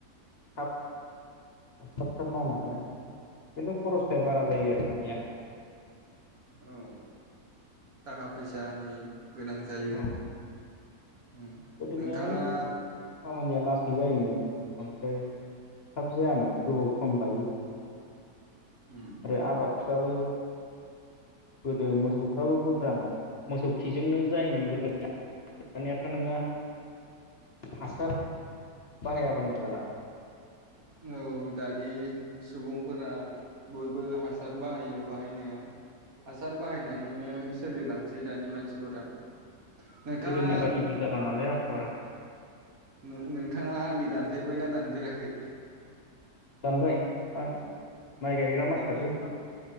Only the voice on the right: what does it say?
उम
औ थाखा फैसानि गोनां जायो
उम
नोंथाङा
उम
औ दानि सुबुंफोरा बयबो हासार बाहायो बाहायनाया हासार बाहायनानैनो सोलिलांसै दानि मानसिफोरा। नोंथाङा
नो-नोंथाङा आलि दानफेरबायना दान फेराखै
दानबायना